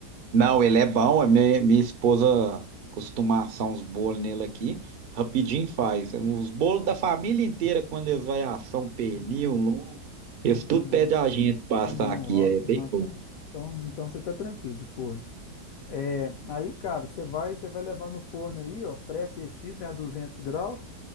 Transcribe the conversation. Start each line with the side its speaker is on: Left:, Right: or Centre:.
Right: Não, ele é bom, a minha, minha esposa costuma assar uns bolos nele aqui, rapidinho faz. Os bolos da família inteira, quando eles vão assar um pernil,
Left: Ah,
Right: um lombo, eles tudo
Left: ah, não.
Right: pedem a gente passar
Left: Ah, não,
Right: aqui,
Left: ótimo,
Right: é bem
Left: não, então,
Right: bom.
Left: então, então você tá tranquilo de forno. É, aí, cara, você vai, você vai levar no forno aí, ó, pré-aquecido, né, a 200 graus,